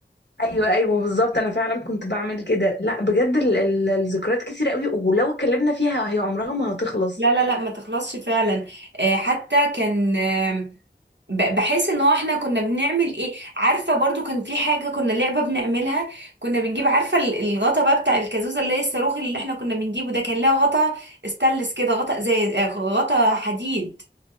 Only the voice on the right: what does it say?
لا لا لا ما تخلصش فعلا آه، حتى كان آه، ب- بحس ان هو احنا كنا بنعمل ايه عارفه برضو كان في حاجه كنا لعبه بنعملها كنا بنجيب عارفه ال- الغطا بقى بتاع الكازوزه اللي هي الصاروخ اللي احنا كنا بنجيبه ده كان لها غطا استانلس كده غطا زي آه، غطا حديد